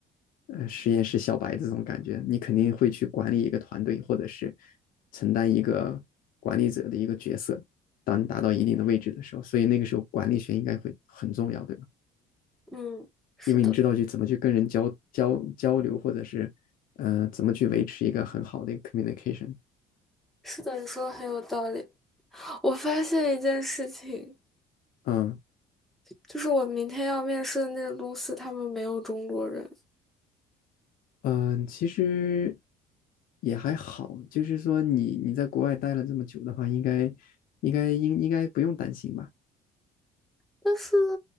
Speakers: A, on the left (about 65°); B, in the centre.
A: 呃，实验室小白这种感觉，你肯定会去管理一个团队，或者是承担一个管理者的一个角色。当你达到一定的位置的时候，所以那个时候管理学应该会很重要，对吧？
B: 嗯，是的，
A: 因为你知道去怎么去跟人交交交流，或者是呃怎么去维持一个很好的一个 communication。
B: 是的，你说的很有道理。我发现一件事情，
A: 嗯
B: 就是我明天要面试的那个公司，他们没有中国人，
A: 嗯、呃其实也还好，就是说你你在国外待了这么久的话，应该应该应应该不用担心吧？
B: 但是，